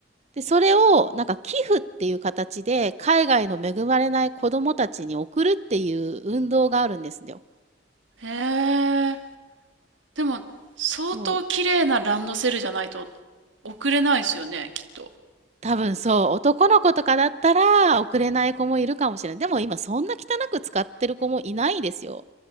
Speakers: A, on the right; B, on the right.
A: で、それを、なんか寄付っていう形で、海外の恵まれない子供たちに送るっていう運動があるんですよ。
B: へえ。でも、相当綺麗なランドセルじゃないと
A: そう。
B: 送れないですよね、きっと。
A: 多分そう、男の子とかだったら送れない子もいるかもしれない。でも今そんな汚く使ってる子もいないですよ。